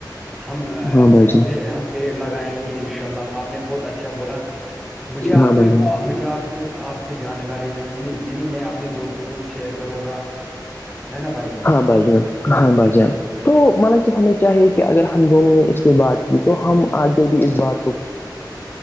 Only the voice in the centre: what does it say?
ہم ہم
ہم پیڑ لگائیں گے انشاء اللہ آپ نے بہت اچھا بولا مجھے آپ
سے
مجھے آپ کے آپ سے جانکاری ملی میں اپنے دوستوں کو کو شیئر کروں گا ہے نا بھائی جان